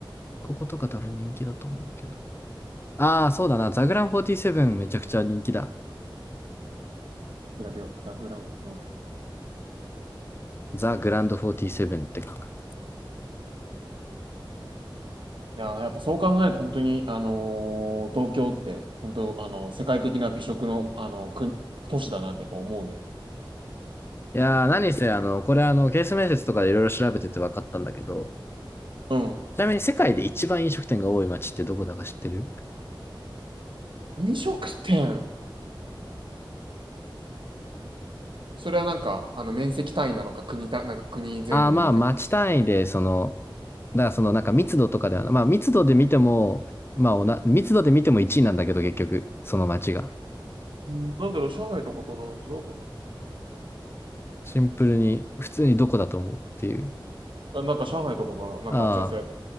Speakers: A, on the left; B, on the right.
A: こことか多分人気だと思うけど。ああ、そうだな。ザグラン47めちゃくちゃ人気だ。
B: グラビア、ザ・グランポ。
A: ザ・グランド47って書く。
B: いやー、やっぱそう考えると、本当に、あのー東京って、本当、あのー世界的な美食の、あのー国都市だなってやっぱ思うね。やっ
A: いやー、
B: ぱり。
A: 何せ、あの、これあの、ケース面接とかでいろいろ調べてて分かったんだけど、
B: うん。
A: ちなみに世界で一番飲食店が多い街ってどこだか知ってる
B: 飲食店。それはなんか、あの、面積単位なのか、国た、なんか国全土で見て。
A: ああ、まあ、街単位で、その、だからそのなんか密度とかではなまあ密度で見ても、まあおな、密度で見ても1位なんだけど結局、その街が。
B: うんなんだろう、上海とかかな違うかな
A: シンプルに、普通にどこだと思うっていう。
B: あ、なんか上海とかかななんか、
A: ああ、
B: じゃあそれ、